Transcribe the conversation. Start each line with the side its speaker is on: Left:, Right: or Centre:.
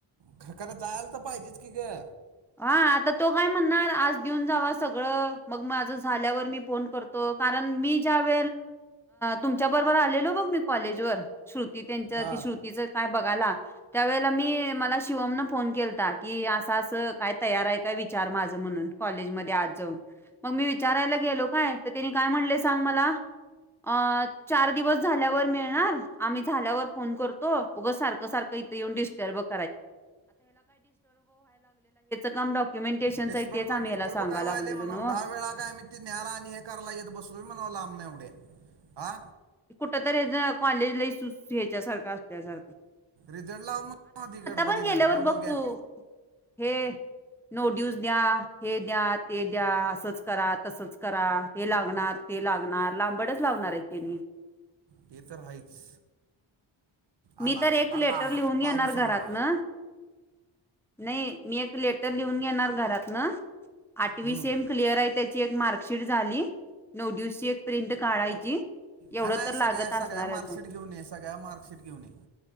Right: खर खरं जायला तर पाहिजेच की ग.
Centre: हा आता तो काय म्हणणार आज देऊन जावा सगळं मग माझं झाल्यावर मी फोन करतो कारण मी ज्या व तुमच्यार आलो कज. त्यांच्या
Right: हां
Centre: श्रुतीच काय बघायला त्यावेळेला मी मला शिवमन फोन केलता की असं असं. काय तयार आहे काय विचार माझ म्हणून कॉलेज म आज जाऊन मग मी विचारायला गेलो कायनी काय म्हणले सांग मला अ चार दिवस झाल्यावर मिळणार आम्ही झाल्यावर फोन करतो उगं सारखं सारखं क काम <inaudible>
Right: डिस्टर्ब
Centre: आहे तेच आम्ही
Right: डिटर्ब
Centre: ह्याला सांगायला
Right: काय व्हाय
Centre: लागलेलो
Right: म्हणा
Centre: नव्हं.
Right: दहा वेळा काय आम्ही ते न्याला आणि हे करालायेत बसूनी म्हणाव लांबन एवढे आ
Centre: कुठ तरी कॉलेजला ह्याच्यासारखं असल्यासारखा
Right: रिझल्ट लाव मधी गडबडीने
Centre: पण गेल्यावर
Right: मग
Centre: बघ
Right: बोघ्या
Centre: तू हे. नोटिवस द्या हे द्या ते द्या असंच करा तसच करा हे लागणार. ते लागणार लांबडच लावणार आहे क म
Right: ते तर आहेच. आला
Centre: मी तर एक
Right: आला
Centre: लेटर लिहून घेणार
Right: पाऊस
Centre: घरात
Right: आला
Centre: ना नाही. मी एक लेटर लिहून घेणार घरात ना आठवी
Right: हम्म
Centre: सेम क्लिअर आहे त्याची ची एक मार्कशीट झाली नऊ दिवसशी एक प्रिंट काढायची. एवढं
Right: का नाही
Centre: तर
Right: सगळ्या
Centre: लागत
Right: सगळ्या
Centre: असणारच
Right: मार्कशीट
Centre: आहे
Right: घेऊन ये सगळ्या मार्कशशीट घेऊन येे.